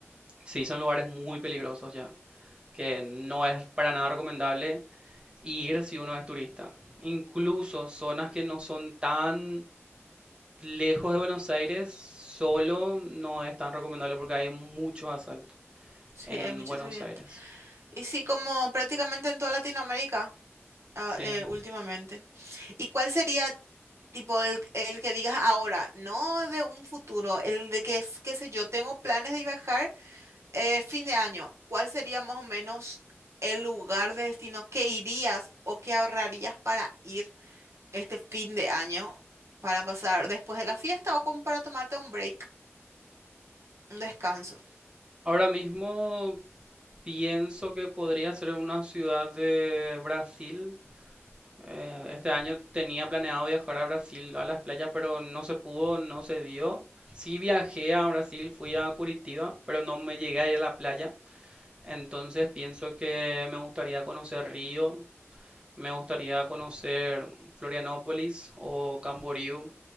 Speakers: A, on the right (about 20°); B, on the right (about 75°).
A: Sí, son lugares muy peligrosos ya, que no es para nada recomendable ir si uno es turista. Incluso zonas que no son tan lejos de Buenos Aires, solo no es tan recomendable porque hay muchos asaltos
B: Sí,
A: en
B: hay mucha
A: Buenos
B: seguridad.
A: Aires.
B: Y sí, como prácticamente en toda Latinoamérica ah,
A: Sí.
B: eh, últimamente. ¿Y cuál sería tipo el, el que digas ahora, no de un futuro, el de que es, qué sé yo, tengo planes de viajar? eh, fin de año, ¿cuál sería más o menos el lugar de destino que irías o que ahorrarías para ir este fin de año para pasar después de la fiesta o como para tomarte un break, un descanso?
A: Ahora mismo pienso que podría ser una ciudad de Brasil Eh, este año tenía planeado viajar a Brasil, a las playas, pero no se pudo, no se dio. Sí viajé a Brasil, fui a Curitiba, pero no me llegué a ir a la playa. Entonces pienso que me gustaría conocer Río, me gustaría conocer Florianópolis o Camboriú